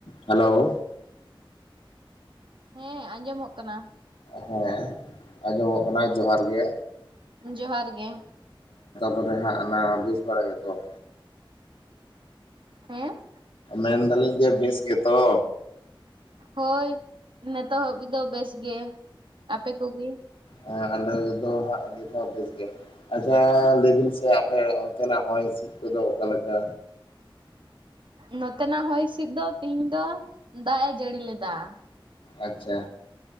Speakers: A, on the left (about 80°); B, on the right (about 65°).
A: Hello
B: ᱦᱮᱸ ᱟᱸᱡᱚᱢᱚᱜ ᱠᱟᱱᱟ
A: ᱦᱮᱸ ᱟᱸᱡᱚᱢᱚᱜ ᱠᱟᱱᱟ ᱡᱚᱦᱟᱨ ᱜᱮ
B: ᱡᱚᱦᱟᱨ ᱜᱮ
A: ᱛᱚᱵᱮᱦᱟᱜ ᱚᱱᱟ ᱵᱮᱥ ᱵᱟᱲᱟ ᱜᱮᱛᱚ?
B: ᱦᱮᱸ?
A: ᱢᱮᱱᱫᱟᱹᱞᱤᱧ ᱡᱮ ᱵᱮᱥ ᱜᱮᱛᱚ?
B: ᱦᱳᱭ ᱱᱮᱛᱚᱜ ᱦᱟᱹᱵᱤᱡ ᱫᱚ ᱵᱮᱥ ᱜᱮ ᱾ ᱟᱯᱮ ᱠᱚᱜᱮ?
A: ᱦᱮᱸ ᱟᱞᱮ ᱫᱚ ᱦᱟᱸᱜ ᱱᱤᱛᱦᱚ ᱵᱮᱥ ᱜᱮ, ᱟᱪᱪᱷᱟ ᱞᱟᱹᱭᱵᱤᱱ ᱥᱮ ᱟᱯᱮ ᱚᱱᱛᱮᱱᱟᱜ ᱦᱚᱭ ᱦᱤᱥᱤᱫᱼᱼ ᱠᱚᱫᱚ ᱚᱠᱟ ᱞᱮᱠᱟ?
B: ᱱᱚᱛᱮᱱᱟᱜ ᱦᱚᱭ ᱦᱤᱥᱤᱫ ᱫᱚ ᱛᱮᱦᱤᱧ ᱫᱚ ᱫᱟᱜ ᱮ ᱡᱟᱹᱲᱤ ᱞᱮᱫᱟ ᱾
A: ᱟᱪᱪᱷᱟ,